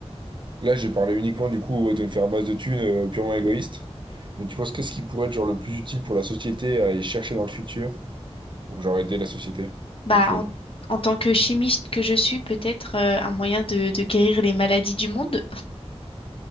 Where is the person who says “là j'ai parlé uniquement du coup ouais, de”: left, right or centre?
Right